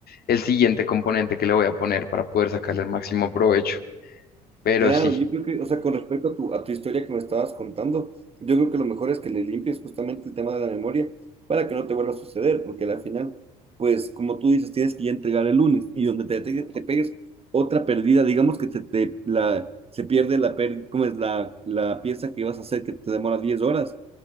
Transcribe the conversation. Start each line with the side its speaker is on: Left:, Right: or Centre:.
Left: el siguiente componente que le voy a poner para poder sacarle el máximo provecho. Pero
Right: Claro,
Left: sí,
Right: yo creo que, o sea, con respecto a tu, a tu historia que me estabas contando, yo creo que lo mejor es que le limpies justamente el tema de la memoria para que no te vuelva a suceder, porque al final, pues, como tú dices, tienes que ya entregar el lunes y donde te, te- te pegues otra pérdida, digamos que se, te, la, se pierde la, per- ¿cómo es? La, la pieza que vas a hacer que te demora 10 horas,